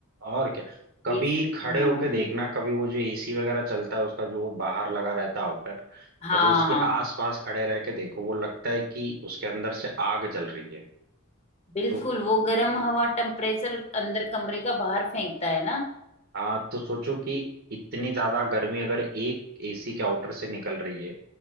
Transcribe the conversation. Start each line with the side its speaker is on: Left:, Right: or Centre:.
Right: और क्या कभी
Left: ये
Right: खड़े
Left: हाँ
Right: होके देखना कभी वो जो एसी वगैरह चलता है उसका जो वो बाहर लगा रहता है आउटर
Left: हाँ
Right: कभी उसके
Left: हाँ
Right: आसपास खड़े रह के देखो वो लगता है कि उसके अंदर से आग जल रही है
Left: बिल्कुल
Right: तो
Left: वो गर्म हवा टेम्परेचर अंदर कमरे का बाहर फेंकता है ना
Right: हाँ तो सोचो कि इतनी ज्यादा गर्मी अगर एक एसी के आउटर से निकल रही है